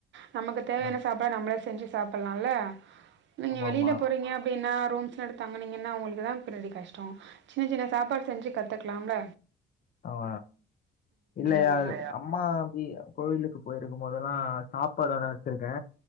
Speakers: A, on the right; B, on the left.
A: நமக்கு தேவையான
B: ஆ
A: சாப்பாட நம்ளே செஞ்சி சாப்புல்லால்ல நீங்க
B: ஆமாமா
A: வெளியில போறீங்க அப்டின்னா ரூம் எடுத்தங்குனீங்கன்னா உங்களுக்கு தா பின்னாடி கஷ் டொ சின்னச் சின்ன சாப்பாடு செஞ்சி கத்துக் க்லாம்ல
B: அவ இல்லையா
A: ஆமா
B: அம்மா பி கோயிலுக்கு போயிருக்கும் போதெல்லா சாப்பாடு வேணா வச்சிருக்கே